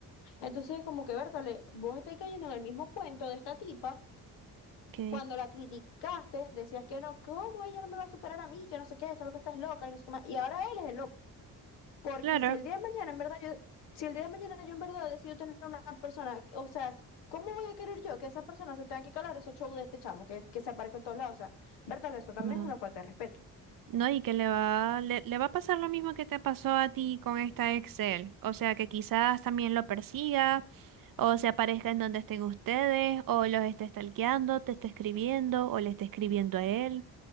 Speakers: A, on the left; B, on the right.
A: Entonces, como que, Bertale, vos estáis cayendo en el mismo cuento de esta tipa
B: Ok,
A: Cuando la criticaste, decías que no, ¿cómo ella no me va a superar a mí? Que no sé qué, solo que estás loca y no sé qué más. Y ahora él es el loco. Porque
B: claro.
A: si el día de mañana, en verdad, yo, si el día de mañana yo en verdad decido tener una persona, o sea, ¿cómo voy a querer yo que esas personas se tengan que calar esos shows de este chamo que, que se aparezca en todos lados? O sea, verdad, eso también
B: Ah.
A: es una falta de respeto.
B: No, y que le va, le, le va a pasar lo mismo que te pasó a ti con esta Excel. O sea, que quizás también lo persiga, o se aparezca en donde estén ustedes, o los esté stalkeando, te esté escribiendo, o le esté escribiendo a él.